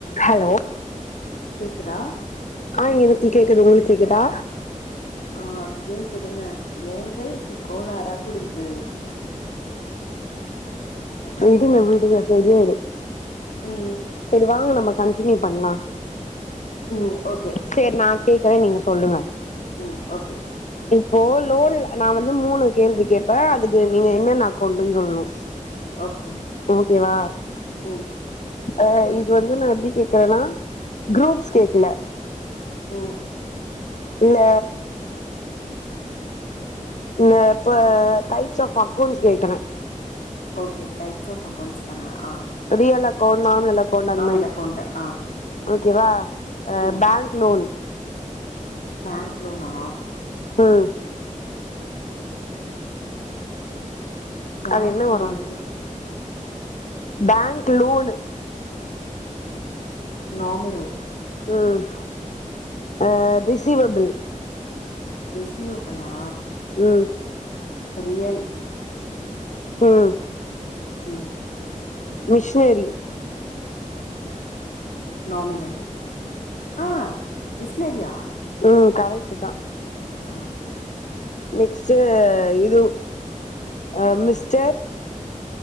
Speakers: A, on the left; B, on the left.
A: Hello
B: கேக்குதா
A: ஆ எனக்கு கேக்குது உங்களுக் கேக்குதா
B: ஆ கேக்குதுங்க ஏங்க இப்டி கோளாரா குடுக்து
A: விடுங்க விடுங்க சரியாயிரு
B: ம்
A: செரி வாங்க நம்ம கண்டினியூ பண்லா
B: ம் ஓகே
A: சேர் நா கேக்குறே நீங்க சொல்லுங்க
B: ம் ஓகே
A: இப்போ லோன்ல நா வந்து மூணு கேள்வி கேப்பே அது து நீங்க என்னன்ன அக்கவுண்டுன் சொல்ணு
B: ஓகே
A: ஓகேவா
B: ம்
A: அ இது வந்து நா எப்டி கேக்குறேன்னா குரூப்ஸ் கேக்கல
B: ம்
A: இல்ல இந்த இப்ப டைப்ஸ் ஆஃப் அக்கௌன்ஸ் கேக்குறே
B: ஓகே டைப்ஸ் ஆஃப் அக்கௌண்ட்ஸ் தான ஆ
A: ரியல் அக்கோண்ட் நார்மல அக்கோண்ட் அந்த
B: நாமினல்
A: மாரி
B: அக்கௌண்ட் ஆ
A: ஓகேவா ஆ
B: ம்
A: பேங்க் லோன்
B: பேங்க் லோனா
A: ம்
B: பேங்க்னால்
A: அது என்ன வரு பேங்க் லோனு
B: நாமினல்
A: ம் ஆ ரிசிவபிள்
B: ரிசிவபுளா
A: ம்
B: ரியல்
A: ம்
B: ம்
A: மிஸ்னரி
B: நாமினல் ஆ மிஷ்னரியா
A: ம் கரெக்ட்டு தா
B: ஆ
A: நெக்ஸ்ட்டு இதும் அ மிஸ்டர்